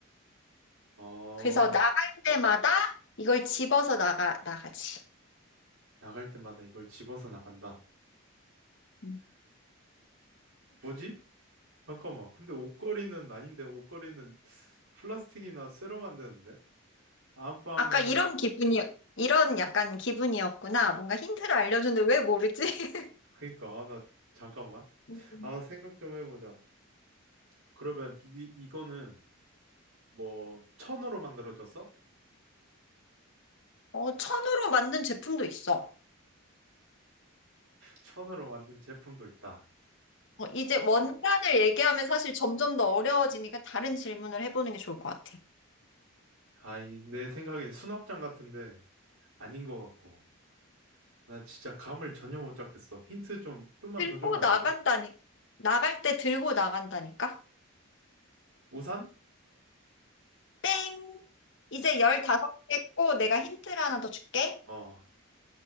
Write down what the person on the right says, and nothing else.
어.
나갈 때마다 이걸 집어서 나간다.
뭐지? 잠깐만. 근데 옷걸이는 아닌데 옷걸이는 플라스틱이나 쇠로 만드는데? 안방에
그러니까 아, 나 잠깐만.
아, 생각 좀 해보자. 그러면 이, 이거는 뭐 천으로 만들어졌어?
천으로 만든 제품도 있다.
아, 이, 내 생각엔 수납장 같은데 아닌 것 같고. 나 진짜 감을 전혀 못 잡겠어. 힌트 좀 좀만
더 주면 안
되나?
우산?
어,